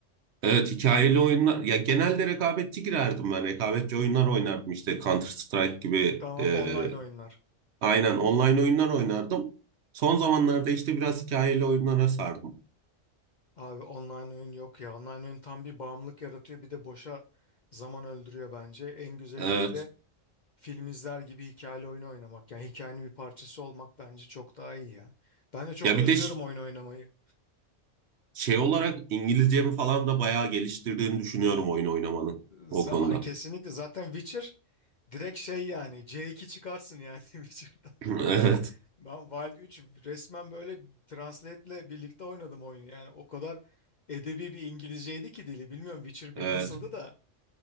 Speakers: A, on the right; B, on the left.
A: Evet hikayeli oyunlar ya genelde rekabetçi girerdim ben rekabetçi oyunlar oynardım işte Counter Strike gibi
B: Tamam
A: e,
B: online oyunlar.
A: aynen online oyunlar oynardım. Son zamanlarda işte biraz hikayeli oyunlara sardım.
B: Abi online oyun yok ya. Online oyun tam bir bağımlılık yaratıyor. Bir de boşa zaman öldürüyor bence. En güzeli
A: E,
B: böyle film izler gibi hikayeli oyunu oynamak. Yani hikayenin bir parçası olmak bence çok daha iyi ya. Ben de çok
A: Ya
B: özlüyorum
A: bir de ş-
B: oyun oynamayı.
A: şey olarak İngilizcemi falan da bayağı geliştirdiğini düşünüyorum oyun oynamanın
B: Z-
A: o konuda.
B: Aa, kesinlikle
A: <clears throat>
B: zaten Witcher direkt şey yani C2 çıkarsın yani <laughs> Witcher'da.
A: <laughs> Evet,
B: Ben Wild 3 resmen böyle Translate'le birlikte oynadım oyunu. Yani o kadar edebi bir İngilizceydi ki dili. Bilmiyorum Witcher
A: evet.
B: bir nasıldı da.